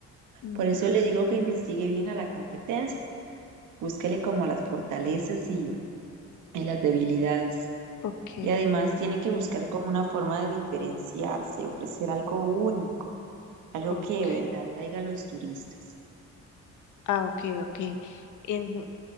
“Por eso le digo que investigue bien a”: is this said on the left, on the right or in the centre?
Right